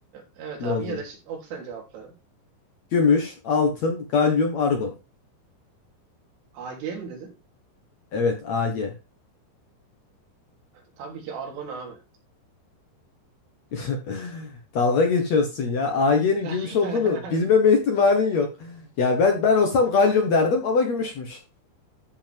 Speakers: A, on the right (about 85°); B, on the left (about 70°).
A: Evet
B: ne
A: abi
B: olduğunu.
A: yine de şi- oku sen cevapları.
B: Gümüş, altın, galyum, argon.
A: AG mi dedin?
B: Evet, Ag.
A: Tabii ki argon abi.
B: <laughs> Dalga geçiyorsun ya. Ag'nin
A: <laughs>
B: gümüş olduğunu bilmeme ihtimalin yok. Ya ben ben olsam galyum derdim ama gümüşmüş.